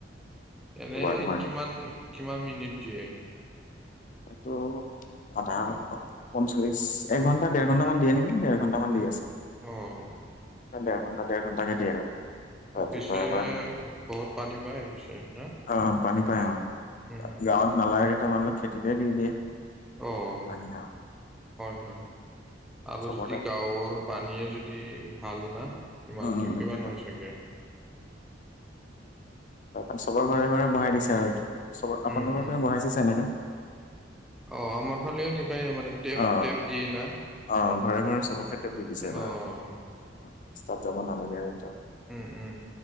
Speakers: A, in the centre; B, on the left.
A: এনে
B: দুবাৰ দুবাৰ
A: কিমান-কিমান মিনিট দিয়ে?
B: এইটো আধা ঘ পঞ্চল্লিশ এক ঘণ্টা দেৰ ঘণ্টামান দিয়ে নেকি দেৰ ঘণ্টামান দি আছে
A: অঁ,
B: দেৰ ঘণ্টা দেৰ ঘণ্টা কে দিয়ে আৰু
A: অ,
B: ৰাতিপুৱা
A: পিছে
B: এবাৰ
A: বহুত পানী পায় পিছে না?
B: অ, পানী পাই অ,
A: উম,
B: গাঁৱত নালাগে কেইটামান লোক খেতিতে দি দিয়ে
A: অঁ,
B: পানী অ
A: হয়-হয় আৰু
B: চবৰ
A: যদি
B: তাত
A: গাঁৱৰ পানীয়ে যদি ভাল না ইমানটো
B: উ, উ,
A: কিমান
B: সেইটো টো
A: হয় চাগে?
B: উ, চবৰে ঘৰে-ঘৰে বহাই দিছে আৰু এইটো চবৰ আপোনালোকৰ
A: উম, উম।
B: বহাইছে চাগে এনেকৈ
A: অ, আমাৰ ফালে এনেকাই মানে টেপ-টেপ
B: অ
A: দিয়ে না
B: অ ঘৰে ঘৰে চবকে টেবল দিছে এইবাৰ
A: অ'
B: ৰাস্তাত যাব নালাগে আৰু এতিয়া
A: উম উম